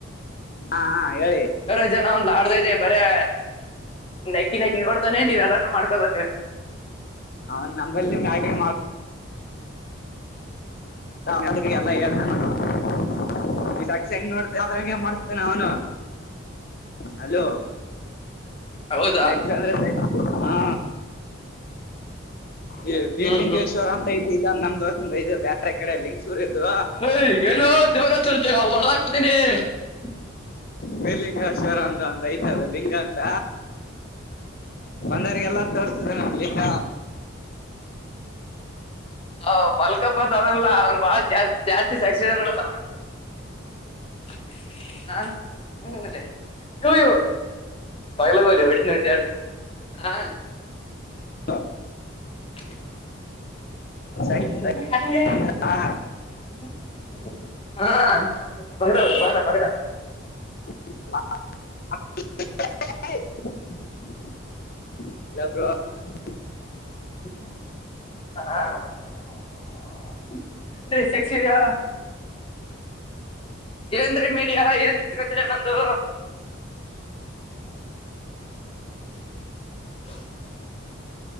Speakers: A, on the left; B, on the left.
A: ಹಾ ಹಾ ಹೇಳಿ
B: ಅನ್ನೋ ಒಂದ್ ಲಾಡ್ಜ್ ಇದೆ ಹಾ ನೆಕ್ಕಿ ನೆಕ್ಕಿ ಕೊಡ್ತಾನೆ ನೀವ್ ಎಲ್ಲಾನೂ ಮಾಡ್ಕೋಬೇಕು
A: ಅವನ್ ನಂಬಲ್ಲಿ ಮ್ಯಾಗಿ ನನಗ ಎಲ್ಲ ಹೇಳ್ತಾನ ಅವ <unintelligible> ಹೆಂಗ್ ನೋಡ್ತೆ ಅದ್ರಂಗೆ ಮಾಡ್ಸ್ತನೆ ಅವ್ನು ಹಲೋ
B: ಹೌದಾ
A: ಸೆಕ್ಸ್ ಅಂದ್ರೆ ಸಕ್ ಹಾ ಈ ಬೀರ್ಲಿಂಗೇಶ್ವರ
B: ಹ್ಮ್
A: ಅಂತ ಇದ್ ಇಲ್ಲ ನಮ್ದ್ <unintelligible> ಇದು ಬೇರೆ ಕಡೆ ಲಿಂಗಸೂರ್ ಇದು
B: ಏಯ್ ಏನೋ ದೇವ್ರ ಹಚ್ಚರ್ತಿ <unintelligible>
A: ಬೀರ್ಲಿಂಗೇಶ್ವರ ಅಂತ್ ಒಂದು ಐತಿ ಅದ್ ಲಿಂಗ ಅಂತ ಬಂದೊರ್ಗೆಲ್ಲ ತೋರಿಸ್ತಿದೆ ಅಣ್ಣ ಲಿಂಗ
B: ಹ ಮಲ್ಕಪ್ಪ <unintelligible> ಅಲ್ವ ಜಾಸ್ತಿ <unintelligible>
A: ಹ
B: <unintelligible>
A: ಸೈ- ಸೈ- ಆ, <unintelligible> <unintelligible>
B: ಹ <unintelligible> ಏನ್ರಿ ಮೀಡಿಯಾ ಏನ್ ಕಿತ್ಕತೀರಾ ನಂದು <unintelligible>